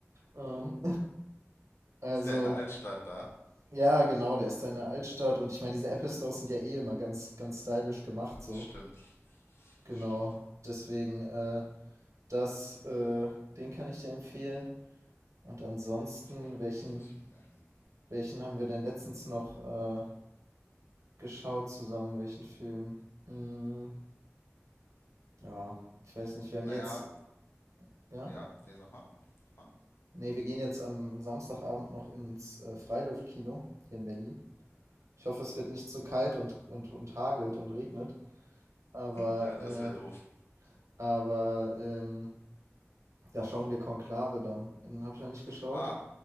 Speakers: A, on the right; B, on the left.
A: Ähm, <laughs> also,
B: Ist der in der Altstadt da?
A: ja, genau, der ist da in der Altstadt. Und ich meine, diese Apple Stores sind ja eh immer ganz, ganz stylisch gemacht, so.
B: Das stimmt.
A: Genau.
B: Das stimmt.
A: Deswegen, äh, das, äh, den kann ich dir empfehlen. Und ansonsten,
B: Ist auch gut,
A: welchen,
B: muss ich mir merken.
A: Welchen haben wir denn letztens noch äh, geschaut zusammen? Welchen Film? Mm, ja, ich weiß nicht. Wir haben
B: Naja,
A: jetzt, ja?
B: ja, Ja. nee, sag mal. Sag mal.
A: Nee, wir gehen jetzt am Samstagabend noch ins äh, Freiluftkino hier in Berlin. Ich hoffe, es wird nicht zu kalt und, und, und hagelt und regnet. Aber,
B: Ja, das wäre doof.
A: äh, aber ähm, da schauen wir Konklave dann. Den habe ich noch nicht geschaut.
B: Ah,